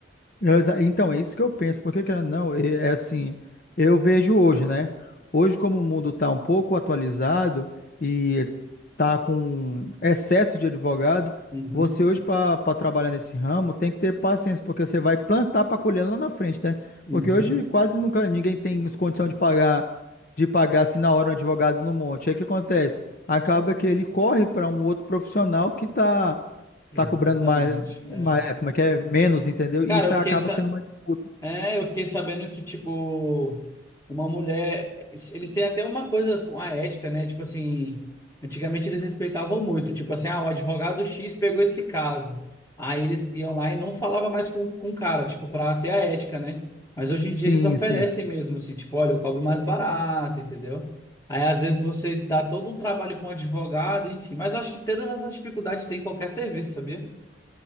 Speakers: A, on the left; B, on the left.
A: Eu exa- Então, é isso que eu penso, porque querendo ou não, é é assim, eu vejo hoje, né? Hoje, como o mundo está um pouco atualizado e está com excesso de advogado,
B: Uhum,
A: você hoje, para trabalhar nesse ramo, tem que ter paciência, porque você vai plantar para colher lá na frente, né?
B: uhum,
A: Porque hoje quase nunca ninguém tem as condições de pagar, de pagar assim na hora um advogado no monte. Aí o que acontece? Acaba que ele corre para um outro profissional que está tá
B: exatamente.
A: tá cobrando mais.
B: É.
A: Mas é, como é que é? Menos, entendeu?
B: Cara,
A: E Isso
B: eu fiquei,
A: acaba sendo uma disputa.
B: É, eu fiquei sabendo que, tipo, uma mulher. Eles têm até uma coisa com a ética, né? Tipo assim, antigamente eles respeitavam muito. Tipo assim, ah, o advogado X pegou esse caso. Aí eles iam lá e não falava mais com, com o cara, tipo, pra ter a ética, né? Mas hoje em
A: Sim,
B: dia eles oferecem
A: sim.
B: mesmo, assim, tipo, olha, eu cobro mais barato, entendeu? Aí às vezes você dá todo um trabalho com um advogado, enfim. Mas eu acho que todas essas dificuldades tem em qualquer serviço, sabia?